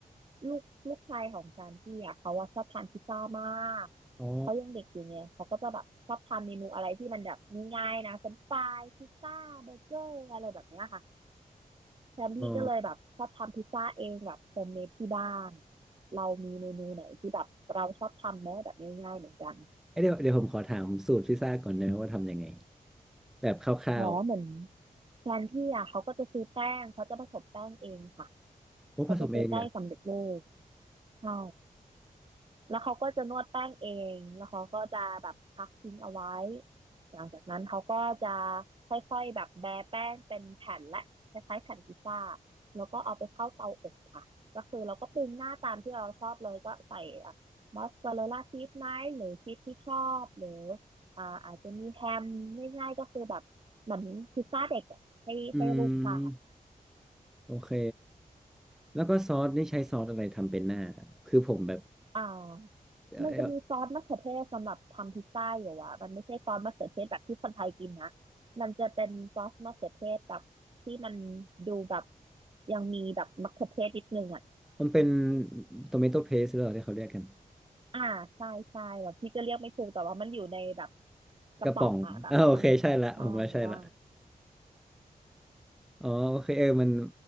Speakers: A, on the right; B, in the centre.
A: ลูกลูกชายของจานพี่อ่ะเขาว่าชอบทานพิซซ่ามาก
B: อ๋อ
A: เขายังเด็กอยู่ไงเขาก็จะแบบชอบทำเมนูอะไรที่มันแบบง่ายๆนะเฟรนช์ฟรายพิซซ่าเบอร์เกอร์อะไรแบบเนี้ยค่ะ แซมพี่ก็เลยแบบชอบทำพิซซ่าเองแบบโฮมเมดที่บ้าน
B: อ๋อ
A: เรามีเมนูไหนที่แบบเราชอบทำไหมแบบง่ายๆเหมือนกัน
B: เอ้ยเดี๋ยวเดี๋ยวผมขอถามสูตรพิซซ่าก่อนนะว่าทำยังไงแบบคร่าว
A: อ๋อเหมือนแฟนพี่อ่ะเขาก็จะซื้อแป้งเขาจะผสมแป้งเองค่ะ
B: ๆโอ้ผสมเองเนี่ย
A: เขาจะซื้อแป้งสำเร็จรูปใช่ แล้วเขาก็จะนวดแป้งเอง แล้วเขาก็จะแบบพักทิ้งเอาไว้ หลังจากนั้นเขาก็จะค่อยๆแบบแบะแป้งเป็นแผ่นและคล้ายๆแผ่นพิซซ่าแล้วก็เอาไปเข้าเตาอบค่ะก็คือเราก็ปรุงหน้าตามที่เราชอบเลยก็ใส่มอสซาเรลล่าชีสไหมหรือชีสที่ชอบหรืออ่าอาจจะมีแฮมง่ายๆก็คือแบบเหมือนพิซซ่าเด็กอะให้ให้ลูกทาน
B: อืมโอเคแล้วก็ซอสนี่ใช้ซอสอะไรทำเป็นหน้าครับคือผมแบบ
A: อ่ามันจะมีซอสมะเขือเทศสำหรับทำพิซซ่าอยู่อ่ะมันไม่ใช่ซอสมะเขือเทศแบบที่คนไทยกินนะ
B: เออ
A: มันจะเป็นซอสมะเขือเทศแบบที่มันดูแบบยังมีแบบมะเขือเทศนิดนึงอ่ะ
B: มันเป็นโ o เมโต p เพสหรือเปล่าที่เขาเรียกกัน
A: อ่าใช่ใช่แบบพี่ก็เรียกไม่ถูกแต่ว่ามันอยู่ในแบบกระป๋องอ่ะแบบมัน
B: กระป๋องอ่าโอเคใช่ละผมว่าใช่ละ
A: ใช่อ่า
B: อ๋อโอเคเออมัน